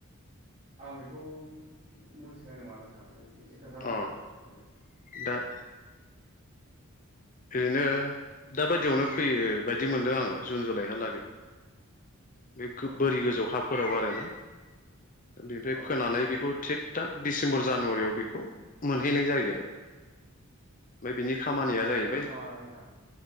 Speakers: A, on the right; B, on the left.
A: आं बेखौ मिथिनाय नङा नोंथां नों एसे खोन्थानो
B: अ
A: हागोन आंनो?
B: दा ओरैनो दा बायदियावनो फैयो बायदि मोनदों आङो जुन जुलाइहालागै बे
A: औ
B: बोरि गोजौ हाफोराव आरोना बेनिफ्राय
A: औ
B: फोनानै बेखौ थिग दा डिसेम्बर जानुवारियाव बेखौ मोनहैनाय जायो आरो। ओमफ्राय बिनि खामानिया जाहै
A: नों नामा नोंथां <unintelligible>